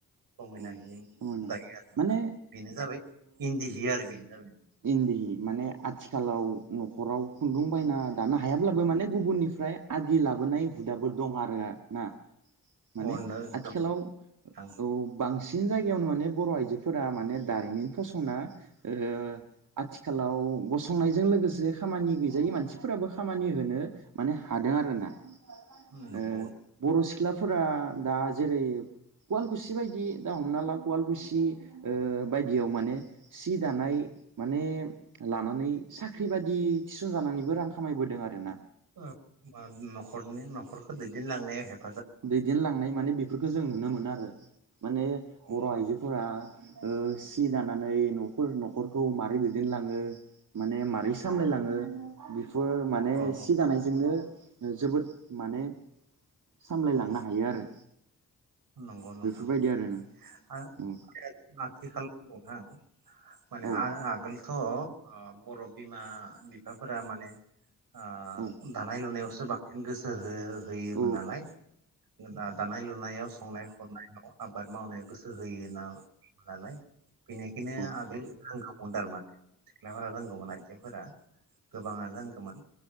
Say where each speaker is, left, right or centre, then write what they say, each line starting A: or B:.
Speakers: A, on the right; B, on the right.
A: समायना
B: औ
A: होयो।
B: समायना
A: दायो आरो नोंथां
B: माने
A: बेनो जाबाय इन्दि हि आरो बेनो जाबाय
B: इन्दी माने आथि खालाव न'खराव खुन्दुं बायना दानो हायाब्लाबो माने गुबुननिफ ओमफ्राय आदि लाबोनाय हुदाफोर दं आरो ना माने
A: अनो
B: आथिखालाव
A: दं
B: औ
A: नोंथां
B: बांसिन बांसिन जायगायावनो माने बर' आइजोफोरा माने दारिमिन फसं ना ओ आथि खालाव गसंनायजों लोगोसे खामानि गैजायै मानसिफोराबो खामानि होनो माने हादों आरोना
A: नंगौ
B: ओ बर' सिख्ला फोरा दा जेरै कवालकुसि बायदि दा हमना ला कवालकुसि ओ बायदियाव माने सि दानाय माने लानानै साख्रि बायदि थिसनजानानैबो रां खामायबोदों आरोना
A: ओ नखरनि नखरखौ दैदेनलांनाया हेब
B: दैदेनलांनाय माने बेफोरखो खौ जों नुनो मोनो आरो माने
A: औ
B: बर आइजोफोरा ओ सि दानानै नफोर नखरखौ मारै दैदेनलाङो माने मारै सामलायलाङो बेफोर माने
A: औ
B: सि दानायजोंनो जोबोद माने सामलायलांनो
A: औ
B: हायो आरो
A: नंगौ नोंथां
B: बेफोरबायदि आरोना
A: आं
B: औ
A: <unintelligible> आथिखाल नोंथां माने
B: औ
A: आ-आगोलथ अ बरफ बिमा बिफा फोरा माने ओ
B: औ
A: दानाय लुनायावसो बां सिन गोसो हो-होयोमोन
B: औ
A: नालाय दा-दानाय लुनायाव संनाय खावनायाव आबाद मावनायाव गोसो होयोना ना-नालाय बेनिखायनो
B: औ
A: आगोल रोंखागौ थारमान सिख्लाफोरा रोंगौमोन आइजोफोरा गोबाङानो रोंगौमोन